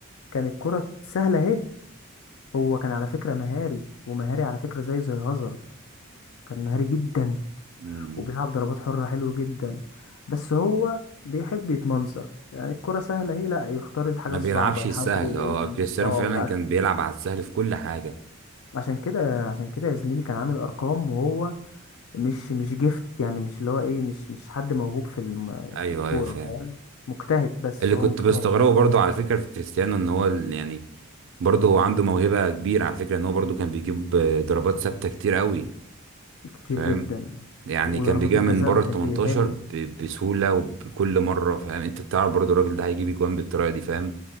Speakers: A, on the left; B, on the right.
A: كان الكره سهله اهي هو كان على فكره مهاري ومهاري على فكره زيه زي هازارد كان مهاري جدا
B: مم.
A: وبيلعب ضربات حره حلو جدا بس هو بيحب يتمنظر يعني الكرة سهلة اهي لا يختار الحاجة
B: ما
A: الصعبة
B: بيلعبش
A: يحاول
B: السهل
A: يلم
B: اه كريستيانو
A: اه
B: فعلا
A: ما بيلعبش
B: كان بيلعب على السهل في كل حاجة
A: عشان كده عشان كده يا زميلي كان عامل ارقام وهو مش مش جيفت يعني مش اللي هو ايه مش مش حد موهوب في الم...
B: ايوه
A: في الكوره
B: ايوه فاهم
A: فاهم مجتهد بس
B: اللي
A: هو
B: كنت
A: مجتهد
B: بستغربه برضو على فكرة في كريستيانو ان هو ال- يعني برضو هو عنده موهبة كبيرة على فكرة ان هو برضو كان بيجيب آه، ضربات ثابتة كتير قوي
A: كتير
B: فاهم
A: جدا
B: يعني
A: وضربات
B: كان بيجيبها
A: الجزاء
B: من بره
A: ما
B: ال
A: كانش
B: 18
A: بيحل
B: ب- بسهولة وبكل مرة فاهم انت بتعرف برضو الراجل ده هيجيب اجوان بالطريقة دي فاهم